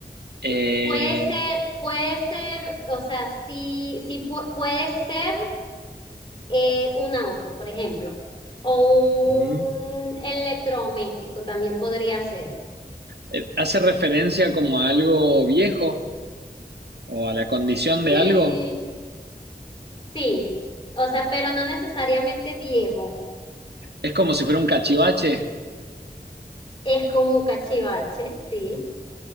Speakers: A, on the right; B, on the left.
A: Eh,
B: Sí. Puede ser, puede ser, o sea, sí, sí pu- puede ser eh, un auto, por ejemplo, o
A: ujú.
B: un electrodoméstico también podría ser.
A: Eh, ¿Hace referencia como a algo viejo o a la condición
B: Sí,
A: de algo?
B: sí. O sea, pero no necesariamente viejo.
A: Es como si fuera un cachivache.
B: Es como un cachivache, sí.